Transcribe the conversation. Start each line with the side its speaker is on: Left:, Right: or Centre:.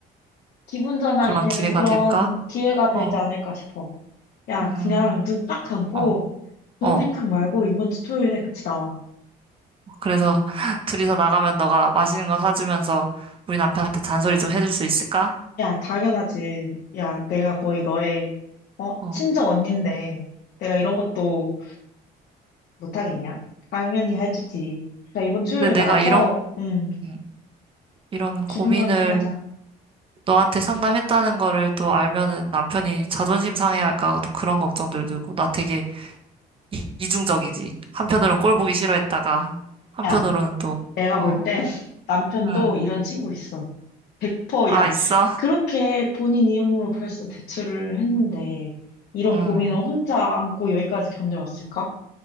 Left: 기분 전환이
Right: 그런
Left: 되는
Right: 기회가
Left: 그런
Right: 될까?
Left: 기회가 되지
Right: 어,
Left: 않을까 싶어. 야,
Right: 음,
Left: 그냥 눈 딱 감고
Right: 어,
Left: 돈
Right: 어.
Left: 생각 말고 이번 주 토요일에 같이 나와.
Right: 그래서 <laughs> 둘이서 나가면 너가 맛있는 거 사주면서 우리 남편한테 잔소리 좀 해줄 수 있을까?
Left: 야, 당연하지. 야, 내가 거의 너의, 어,
Right: 어.
Left: 친정 언니인데, 내가 이런 것도 못하겠냐? 당연히 해주지. 나 이번 토요일에
Right: 근데 내가
Left: 나와서,
Right: 이런,
Left: 음,
Right: 음, 이런 고민을
Left: 기분 전환 좀 하자.
Right: 너한테 상담했다는 거를 또 알면은 남편이 자존심 상해할까 또 그런 걱정들 들고 나 되게 이- 이중적이지. 한편으론 꼴 보기 싫어했다가 한편으로는
Left: 야,
Right: 또,
Left: 내가
Right: 어,
Left: 볼 땐 <laughs> 남편도
Right: 응,
Left: 이런 친구 있어. 100%,
Right: 아,
Left: 야,
Right: 있어?
Left: 그렇게 본인 이름으로 벌써 대출을 했는데, 이런
Right: 응
Left: 고민을 혼자 안고 여기까지 견뎌왔을까?